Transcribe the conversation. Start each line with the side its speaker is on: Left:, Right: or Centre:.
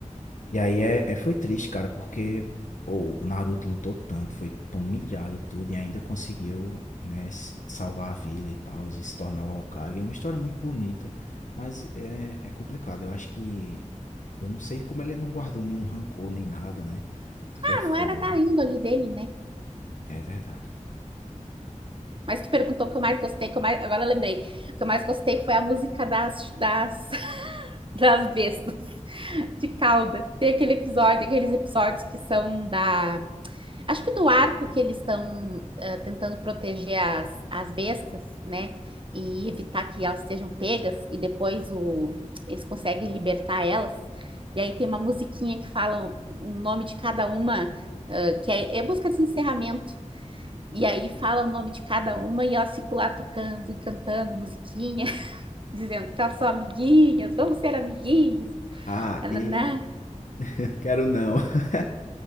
Left: E aí é, é- foi triste, cara, porque pô, o Naruto lutou tanto, foi tão humilhado tudo e ainda conseguiu, né, s- salvar a vila e tal, e se tornar o Hokage. É uma história muito bonita, mas é, é complicado. Eu acho que eu não sei como ele não guardou nenhum rancor nem nada, né? Porque
Right: Ah,
Left: é fogo,
Right: não era da
Left: né?
Right: índole dele, né?
Left: É verdade.
Right: Mas tu perguntou o que eu mais gostei, que eu mais... agora eu lembrei. O que eu mais gostei foi a música das, das, <laughs> das bestas, de cauda. Tem aquele episódio, aqueles episódios que são da. Acho que do arco que eles estão eh, tentando proteger as, as bestas, né? E evitar que elas sejam pegas, e depois o... eles conseguem libertar elas. E aí tem uma musiquinha que fala o o nome de cada uma, eh, que é, é música de encerramento. E aí fala o nome de cada uma e elas ficam lá tocando e cantando musiquinha, <laughs> dizendo que elas são amiguinhas, vamos ser amiguinhas.
Left: Ah,
Right: Nananá.
Left: e <laughs> quero não. <laughs>